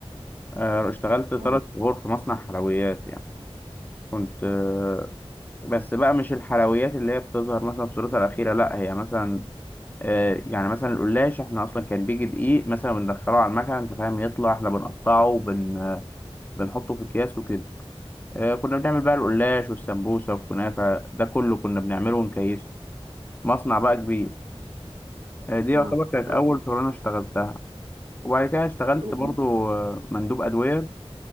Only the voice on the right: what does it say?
اه
اه
طب
طب